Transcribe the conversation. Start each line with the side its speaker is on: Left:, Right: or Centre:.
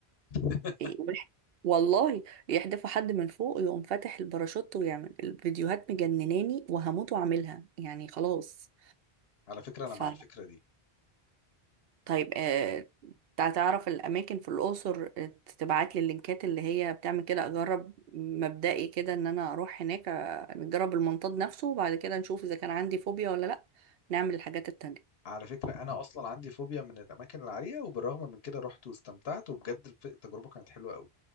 Left: <laughs>
Right: ويح- والله يحدفوا حد من فوق يقوم فاتح الباراشوت ويعمل الفيديوهات مجنناني وهموت واعملها يعني خلاص
Left: على فكره
Right: ف
Left: انا مع الفكره دي
Right: طيب آه تع- تعرف الاماكن في الاقصر آه، تبعت لي اللينكات اللي هي بتعمل كده اجرب مبدئي كده ان انا اروح هناك آه، نجرب المنطاد نفسه وبعد كده نشوف اذا كان عندي فوبيا ولا لا نعمل الحاجات التانية
Left: على فكرة أنا أصلا عندي فوبيا من الأماكن العالية وبالرغم من كده رحت واستمتعت وبجد الف- التجربة كانت حلوة قوي